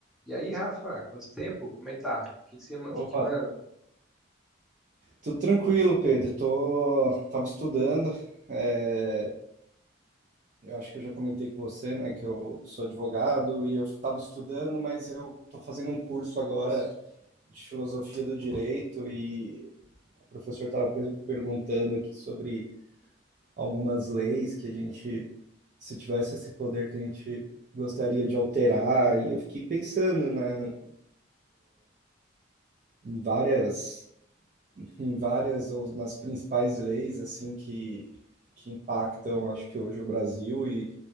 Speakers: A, in the centre; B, on the right.
A: E aí, Rafa, quanto tempo? Como é que tá? O que que você, ma-
B: Opa,
A: que que manda?
B: tudo tranquilo, Pedro. Tô, tava estudando. é, eu acho que eu já comentei com você, né, que eu sou advogado e eu estava estudando, mas eu tô fazendo um curso agora de filosofia do direito e o professor estava perguntando aqui sobre algumas leis que a gente, se tivesse esse poder que a gente gostaria de alterar, e eu fiquei pensando, né, em várias em várias ou nas principais leis assim que, que impactam, acho que hoje o Brasil e